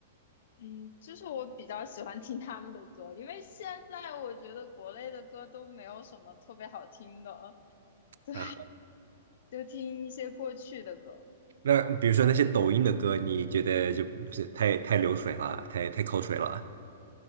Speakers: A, on the left; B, on the right.
A: 嗯，就是我比较喜欢听他们的歌，因为现在我觉得国内的歌都没有什么特别好听的，<laughs> 对，
B: 啊，
A: 就听一些过去的歌。
B: 那比如说那些抖音的歌，你觉得就就太太流水了，太太口水了？